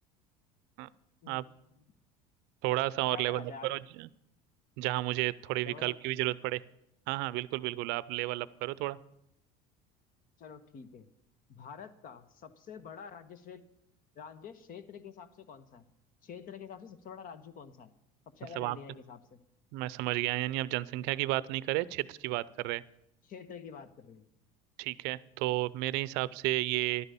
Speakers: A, on the right; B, on the left.
A: हाँ,
B: हम्म,
A: आप थोड़ा सा और
B: क्या
A: लेवल
B: करा जाए
A: अप करो
B: आप
A: ज- जहाँ मुझे थोड़े विकल्प
B: लेवल
A: की भी जरूरत पड़े हाँ हाँ बिल्कुल बिल्कुल आप लेवल अप करो थोड़ा
B: चलो ठीक है भारत का सबसे बड़ा राज्य क्षेत्र राज्य क्षेत्र के हिसाब से कौन सा है क्षेत्र के हिसाब से सबसे बड़ा राज्य कौन सा है सबसे
A: मतलब
B: ज्यादा लैंड
A: आप
B: एरिया के हिसाब से
A: मैं समझ गया यानी आप जनसंख्या की बात नहीं कर रहे क्षेत्र की बात कर रहे हैं
B: क्षेत्र की बात कर रही
A: ठीक है तो मेरे हिसाब से ये